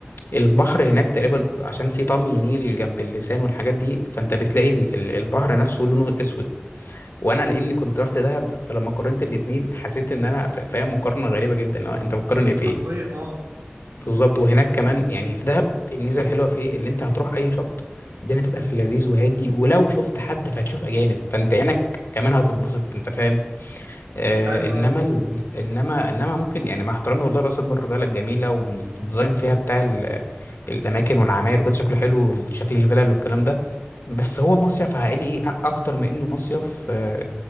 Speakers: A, on the left; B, on the right.
A: البحر هناك تقريبا عشان في طمي نيل جنب اللسان والحاجات دي فانت بتلاقي ال... ال- البحر نفسه لونه اسود وانا لاني كنت رحت دهب فلما قارنت الاتنين حسيت ان انا ف- فاهم مقارنه غريبه جدا اللي هو انت بتقارن ايه بايه
B: حرفيا اه
A: بالظبط وهناك كمان يعني في دهب الميزه الحلوه في ايه ان انت هتروح اي شط الدنيا تبقى في اللذيذ وهادي ولو شفت حد فهتشوف اجانب فانت عينك كمان هتتبسط انت فاهم آه
B: ايوه
A: انما
B: ايوه
A: ال... انما انما ممكن يعني مع احترامي والله راس البر بلد جميله والديزاين فيها بتاع ال... الاماكن والعماير وكده شكله حلو شكل الفلل والكلام ده بس هو مصيف عائلي إيه؟ أ- اكتر ما انه مصيف آه،